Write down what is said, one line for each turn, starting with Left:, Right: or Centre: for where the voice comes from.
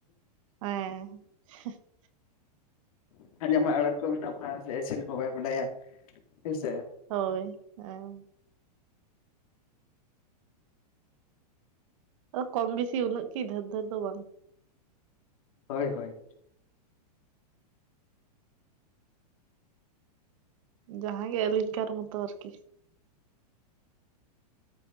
Right: <unintelligible>
Left: <unintelligible> ᱢᱮᱱᱟᱜ ᱵᱚᱱᱟ ᱥᱮ ᱤᱥᱤᱱ ᱦᱚᱸ ᱵᱟᱭ ᱵᱟᱰᱟᱭᱟ ᱦᱮᱸᱥᱮ᱾
Right: ᱦᱳᱭ <inaudible> ᱚ ᱠᱚᱢ ᱵᱤᱥᱤ ᱩᱱᱟᱹᱜ ᱠᱤ ᱰᱷᱮᱨ ᱰᱷᱮᱨ ᱫᱚ ᱵᱟᱝ᱾
Left: ᱦᱳᱭ ᱦᱳᱭ᱾
Right: ᱡᱟᱦᱟᱸ ᱜᱮ ᱟᱞᱤᱝᱠᱟᱨ ᱢᱚᱛᱚ ᱟᱨᱠᱤ᱾